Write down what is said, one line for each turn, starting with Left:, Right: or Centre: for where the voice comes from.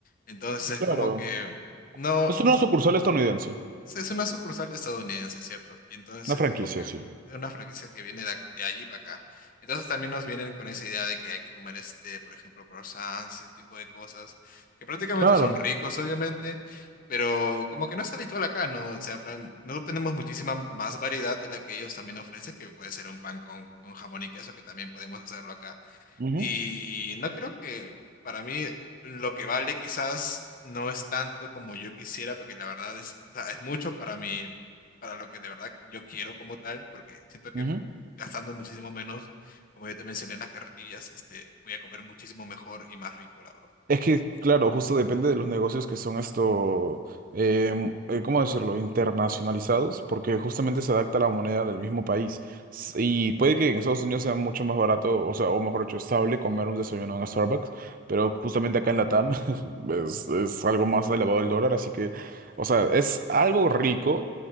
Left: Entonces es
Right: Claro.
Left: como que no,
Right: Es
Left: no,
Right: una sucursal estadounidense,
Left: Sí, Es una sucursal estadounidense, ¿cierto? Y entonces
Right: una franquicia,
Left: es como que
Right: sí.
Left: es una franquicia que viene de, ac- de allí para acá. Entonces también nos vienen con esa idea de que hay que comer este, por ejemplo, croissants, ese tipo de cosas, que prácticamente
Right: Claro.
Left: son ricos, obviamente, pero como que no es habitual acá, ¿no? O sea, plan, nosotros tenemos muchísima más variedad de la que ellos también ofrecen, que puede ser un pan con, con jamón y queso, que también podemos hacerlo acá.
Right: Ujú,
Left: Y no creo que para mí lo que vale quizás no es tanto como yo quisiera, porque la verdad es, o sea, es mucho para mí, para lo que de verdad yo quiero como tal, porque siento que
Right: ujú.
Left: gastando muchísimo menos, como yo te mencioné en las carretillas, este, voy a comer muchísimo mejor y más rico, la verdad.
Right: Es que, claro, justo depende de los negocios que son esto, em, eh, ¿cómo decirlo?, internacionalizados, porque justamente se adapta a la moneda del mismo país. S- Y puede que en Estados Unidos sea mucho más barato, o sea, o mejor dicho, estable comer un desayuno en Starbucks, pero justamente acá en Latam <laughs> es, es algo más elevado el dólar, así que, o sea, es algo rico,